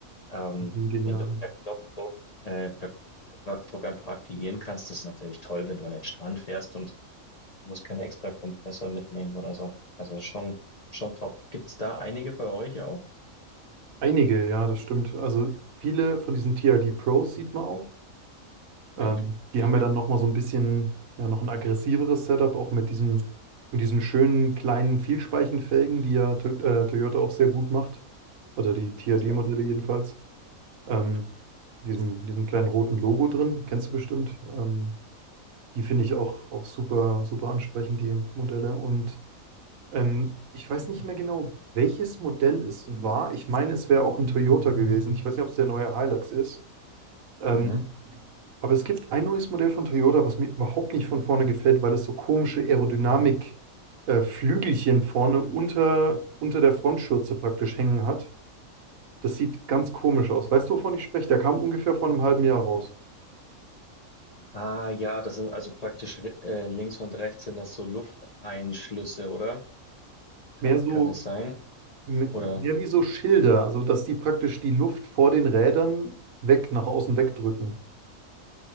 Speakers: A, on the left (about 40°); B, on the right (about 70°).
A: ähm,
B: Genial.
A: den du per Knopfdruck, äh, per, per Knopfdruck einfach aktivieren kannst. Das ist natürlich toll, wenn du an den Strand fährst und du musst keinen extra Kompressor mitnehmen oder so. Also schon, schon top. Gibt's da einige bei euch auch?
B: Einige, ja, das stimmt. Also viele von diesen T R D Pros sieht man auch. Ähm,
A: Mhm.
B: die
A: Mhm.
B: haben ja dann nochmal so ein bisschen, ja, noch ein aggressiveres Setup, auch mit diesen, mit diesen schönen kleinen Vielspeichenfelgen, die ja to äh, Toyota auch sehr gut macht. Oder die T
A: Total.
B: R D modelle jedenfalls. Ähm,
A: ja.
B: diesen, diesen kleinen roten Logo drin, kennst du bestimmt. Ähm, die finde ich auch, auch super, super ansprechend, die Modelle. Und Ähm, ich weiß nicht mehr genau, welches Modell es war. Ich meine, es wäre auch ein Toyota gewesen. Ich weiß nicht, ob es der neue Hilux ist. Ähm,
A: Mhm. Mhm.
B: aber es gibt ein neues Modell von Toyota, was mir überhaupt nicht von vorne gefällt, weil es so komische Aerodynamik, äh, Flügelchen vorne unter, unter der Frontschürze praktisch hängen hat. Das sieht ganz komisch aus. Weißt du, wovon ich spreche? Der kam ungefähr vor einem halben Jahr raus.
A: Ah ja, das ist also praktisch äh, links und rechts sind das so Lufteinschlüsse, oder? Kann,
B: Mehr so,
A: kann das sein?
B: m-
A: Oder
B: mehr wie so Schilder, also dass die praktisch die Luft vor den Rädern weg, nach außen wegdrücken.